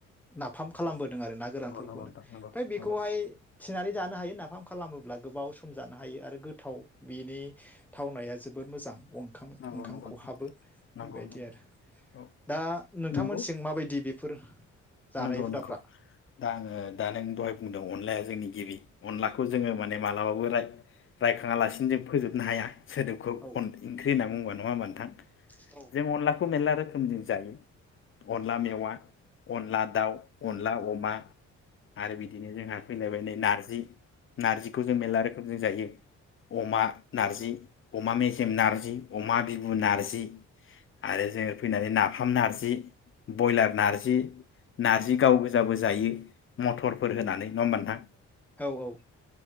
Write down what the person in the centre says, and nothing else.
नाफाम खालामबोदों आरो ना गोरानफोरखौनो
ओमफाय
बे बेखौहाय थिनानै जानो हायो ना फाम खालामोब्ला गोबाव सम जानो हायो आरो गोथाव बिनि थावनाया जोबोर मोजां। अंखाम
ओंखाम
खहाबो
बेबायदि
आरो
दा नोंथांमोनसिं
माबायदि बेफोर जानाय
हुदाफ्रा?
औ
औ
औ औ।